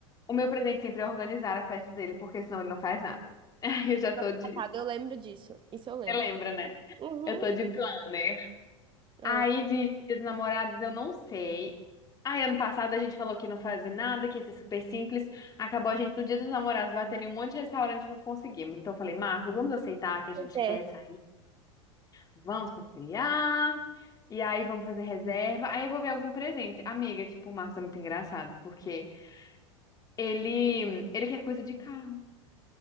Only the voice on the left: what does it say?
O meu presente sempre é organizar a festa dele, porque senão ele não faz nada. <laughs> Aí eu já tô
de.
Você lembra, né?
Eu tô de planner.
Aí de Dia dos Namorados eu não sei. Aí ano passado a gente falou que não fazia nada, que ia ser super simples. Acabou a gente no Dia dos Namorados batendo em um monte de restaurante e não conseguimos. Então eu falei, Marcos, vamos aceitar que a
gente
quer sair. Vamos passear. E aí vamos fazer reserva. Aí eu vou ver algum presente. Amiga, tipo, o Marcos é muito engraçado, porque ele, ele quer coisa de carro.